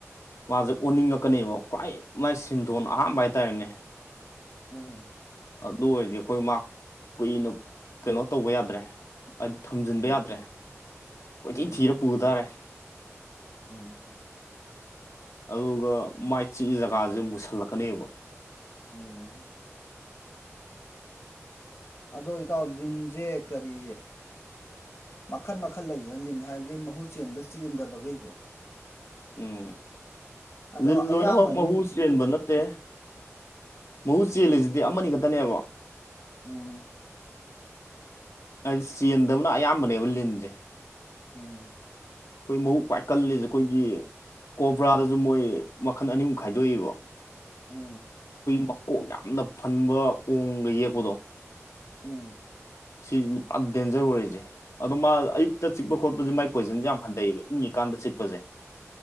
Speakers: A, on the left; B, on the left.
A: ꯃꯥꯁꯦ ꯑꯣꯟꯅꯤꯡꯉꯛꯀꯅꯦꯕ ꯈ꯭ꯋꯥꯏ ꯃꯥꯏ ꯁꯤꯝꯗꯣꯟ ꯑꯍꯝꯕ ꯍꯥꯏꯇꯥꯔꯦꯅꯦ
B: ꯎꯝ
A: ꯑꯗꯨ ꯑꯣꯏꯔꯗꯤ ꯑꯩꯈꯣꯏ ꯃꯥ ꯀꯨꯏꯅ ꯀꯩꯅꯣ ꯇꯧꯕ ꯌꯥꯗ꯭ꯔꯦ ꯍꯥꯏꯗꯤ ꯊꯝꯖꯤꯟꯕ
B: ꯎꯝ
A: ꯌꯥꯗ꯭ꯔꯦ ꯀꯣꯏꯊꯤ
B: ꯎꯝ
A: ꯊꯤꯔ ꯄꯨꯕ ꯇꯥꯔꯦ
B: ꯎꯝ
A: ꯑꯗꯨꯒ ꯃꯥꯏ ꯆꯤꯛꯏ ꯖꯒꯥꯁꯦ ꯃꯨꯁꯜꯂꯛꯀꯅꯦꯕ
B: ꯎꯝ ꯑꯗꯣ ꯏꯇꯥꯎ ꯂꯤꯟꯁꯦ ꯀꯔꯤ ꯃꯈꯟ ꯃꯈꯜ ꯂꯩꯗꯅ ꯂꯤꯟ ꯍꯥꯏꯕꯗꯤ ꯃꯍꯨ ꯆꯦꯟꯕ ꯆꯦꯟꯗꯕꯈꯩꯁꯦ
A: ꯎꯝ
B: ꯑꯗꯣ
A: ꯂꯤꯜ ꯂꯣꯏꯅꯃꯛ
B: ꯑꯌꯥꯝꯕꯅꯗꯤ
A: ꯃꯍꯨ
B: ꯆꯤ
A: ꯆꯦꯟꯕ ꯅꯠꯇꯦ ꯃꯍꯨ ꯆꯦꯜꯂꯤꯁꯤꯗꯤ ꯑꯃꯅꯤ ꯈꯛꯇꯅꯦꯕ
B: ꯎꯝ
A: ꯑꯩꯗꯤ ꯆꯦꯟꯗꯕꯅ ꯑꯌꯥꯝꯕꯅꯦꯕ ꯂꯤꯟꯁꯦ
B: ꯎꯝ
A: ꯑꯩꯈꯣꯏ ꯃꯍꯛ ꯄ꯭ꯏ ꯀꯜꯂꯤꯁꯦ ꯑꯩꯈꯣꯏꯒꯤ ꯀꯣꯕ꯭ꯔꯥꯗꯁꯨ ꯃꯣꯏ ꯃꯈꯟ ꯑꯅꯤꯃꯨꯛ ꯈꯥꯏꯗꯣꯛꯏꯕ
B: ꯎꯝ
A: ꯃꯀꯣꯡ ꯌꯥꯝꯅ ꯐꯟꯕ ꯑꯣꯡꯒ ꯌꯦꯛꯄꯗꯣ
B: ꯎꯝ
A: ꯁꯤꯁꯤ ꯄꯨꯔꯥ ꯗꯦꯟꯖꯔ ꯑꯣꯏꯔꯤꯁꯦ ꯑꯗꯣ ꯃꯥ ꯑꯌꯨꯛꯇ ꯆꯤꯛꯄ ꯈꯣꯠꯄꯁꯦ ꯃꯒꯤ ꯄꯣꯏꯖꯟꯁꯦ ꯌꯥꯝ ꯍꯟꯊꯩꯑꯕ ꯏꯪꯉꯤꯀꯥꯟꯗ ꯆꯤꯛꯄꯁꯦ